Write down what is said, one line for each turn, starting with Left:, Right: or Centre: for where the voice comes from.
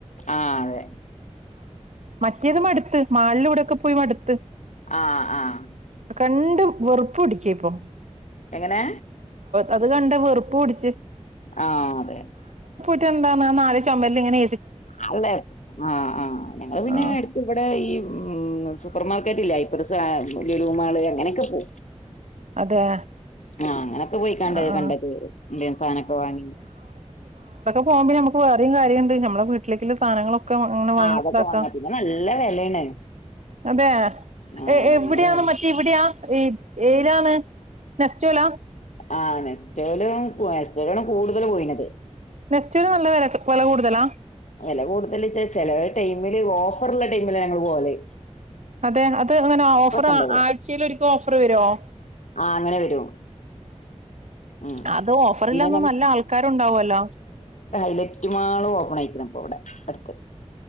Left: ആഹ് അതെ
Right: മറ്റേതും മടുത്ത് മാളിലൂടെൊക്കെ പോയി മടു ത്ത്
Left: ആഹ് ആഹ്
Right: കണ്ടും വെറുപ്പ് പിടിക്ക ഇപ്പോ
Left: എങ്ങനെ
Right: അത് കണ്ട വെറുപ്പ് കുടിച്ച്
Left: ആഹ അതെ
Right: നല് ചുമമ്പല ഇങ്ങന
Left: അല്ലെ ആഹ ആഹ് ഞങ്ങള് പിന്നെ
Right: ആഹ്
Left: അടുത്ത് ഇവിടെ ഈ ഉം സൂപ്പർ മാർക്കറ്റ് ഇല്ല ഇപ്പ ലലു മാള് അങ്ങനെയൊക്കെ പോ
Right: അതെ
Left: ആഹ അങ്ങനെയൊക്കെ പോയിക്കാണ്ട
Right: ആ ആ
Left: കണ്ട പ ഇന്ത്യൻ സാധനമൊക്കെ വാങ്ങി
Right: പോകുമോ നമു വേറെ കാര്യണ്ട് നമ്മുടെ വീട്ടിലക്കുള്ള സാധനങ്ങള അങ്ങനെ വാങ്ങിതാക്കാം
Left: ആഹ് അതൊക്കെ വാങ്ങാ പിന്നെ നല്ല വെലേണ്
Right: അതെ
Left: ആഹ്
Right: എവിടെയാണ്
Left: നല്ല വെല
Right: മറ്റേ ഇവിടെയാ ഏ ഏ ഇതാണ് നശിച്ചല
Left: ആ നെസ്റ്റോല നെസ്റ്റോലാണ് കൂടുതൽ പോയിണത്
Right: ഫെസ്റ്റിവൽ നല്ല വില വില കൂടുതലാ
Left: വില കൂടുതൽ ചെില ടൈമില് ഓഫറള്ള ടൈമില് ഞങ്ങള്ൾ പോവലെ
Right: അതെ അത് അങ്ങനെ ഓഫർ
Left: ഇണ്ടാവൂലെ
Right: ആഴ്ചൽ ഒരിക്കും ഓഫർ വരുമോ
Left: ആഹ് അങ്ങനെ വരും ഉം
Right: അത് ഓഫറില്ലന്നും
Left: പിന്നെ
Right: നല്ല ആൾക്കാരുണ്ടാവല്ലോ
Left: സെലറ്റ് മാ ഓപ്പൺ ആയി പോവിടെ അടുത്ത്